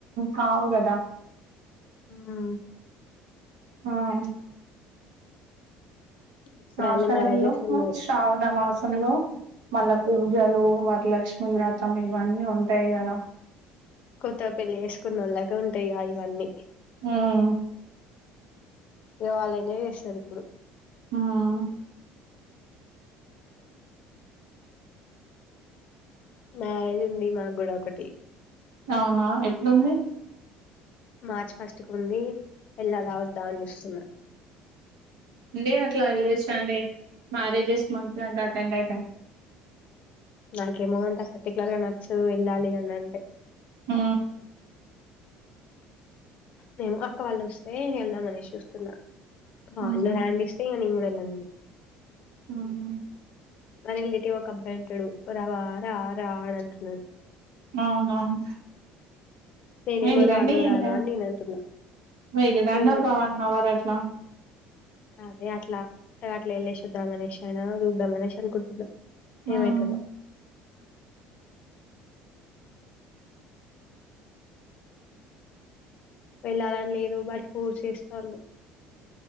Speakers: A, on the right; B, on the left.
A: కావు కదా
B: ఉమ్
A: ఆహ్
B: ఇప్పుడన్ని
A: ఆషాడంలో
B: మ్యారేజెస్ ఉన్నాయి
A: శ్రావణ మాసం సంలో మళ్ళా పూజలు వరలక్ష్మి వ్రతం ఇవన్నీ ఉంటాయి కదా
B: కొత్తగ పెళ్లి చేసుకున్నొలకు ఉంటాయి ఇగ ఇవన్నీ
A: ఉహ్
B: ఇగ వాళ్ళు ఎంజాయ్ చేస్తరు ఇప్పుడు
A: ఉహ్
B: మ్యారేజ్ ఉంది మాకు కూడా ఒకటి
A: అవునా ఎప్పుడుంది
B: మార్చి ఫస్ట్ కు ఉంది ఎల్లాల వద్దా అని చూస్తున్న
A: లేదు అట్లా వెళ్లేసిరండి మ్యారేజెస్ మంచిదంట అటెండ్ అయితే
B: నాకేమో అంతా పర్టికులర్ గా నచ్చదు వెళ్ళాలి అని అంటే
A: ఉ
B: మేము అక్క వాళ్ళు వస్తే వెళ్దామనేసి చూస్తున్నా వాళ్ళు
A: మ్మ్
B: హ్యాండ్ ఇస్తే నేను కూడా వెళ్ళను ఉం
A: అవున
B: మా రిలేటివ్ ఒక అబ్బాయింటడు రా రా రా అంటున్నాడు
A: అవునవును
B: నేనేమో
A: వెళ్ళండి
B: రాను రాను
A: ఇంగ
B: అని నేనంటున్నా.
A: వెళ్లి రండి
B: చూడు
A: ఒక వన్ అవర్ అట్లా
B: అదే అట్లా అట్లా ఎల్లేషిఓద్దం అనేసి అయినా చూద్దామనేసి అనుకుంటున్నా
A: హ్మ్.
B: ఏమైతందో వెళ్ళాలని లేదు బట్ ఫోర్స్ చేస్తల్లు